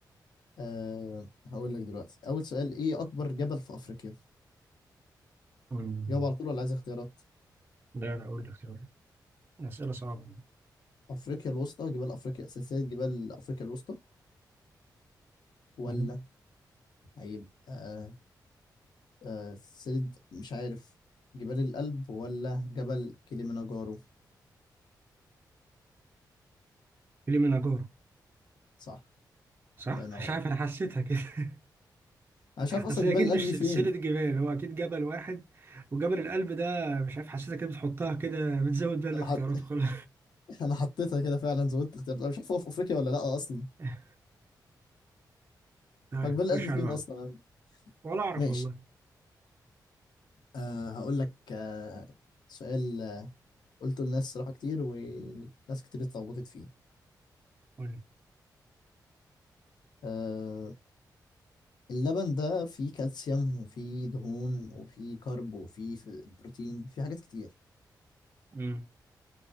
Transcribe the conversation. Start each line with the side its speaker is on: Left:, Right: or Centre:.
Left: أه هقول لك دلوقتي أول سؤال إيه أكبر جبل في أفريقيا؟
Right: مم.
Left: جاوب على طول ولا عايز اختيارات
Right: لا لا قول لي اختيارات أسئلة صعبة
Left: افريقيا الوسطى جبال افريقيا سلسله جبال افريقيا الوسطى ولا
Right: مم.
Left: هيبقى آه آه سلسله مش عارف جبال القلب ولا جبل كليمنجارو
Right: كليمنجارو
Left: صح
Right: صح
Left: الله ينور
Right: مش عارف انا حسيتها كده <laughs>
Left: انا مش عارف اصلا
Right: اصل
Left: جبال
Right: هي اكيد
Left: القلب
Right: مش
Left: دي
Right: سلسله
Left: فين
Right: جبال هو اكيد جبل واحد وجبل القلب ده مش عارف حسيتها كده بتحطها كده بتزود بقى الاختيارات
Left: انا حط...
Right: وخلاص
Left: <laughs> انا حطيتها كده فعلا زودت اختيارات انا مش عارف هو في افريقيا ولا لا اصلا
Right: <laughs> طيب
Left: هو جبال
Right: خش
Left: القلب فين
Right: على بعض
Left: اصلا
Right: ولا اعرف
Left: ماشي
Right: والله
Left: آه هقول لك آه سؤال آه، قلته لناس صراحه كتير وناس كتير اتلخبطت فيه
Right: قول لي.
Left: آه اللبن ده فيه كالسيوم وفيه دهون وفيه كارب وفيه ف- بروتين فيه حاجات كتير
Right: مم.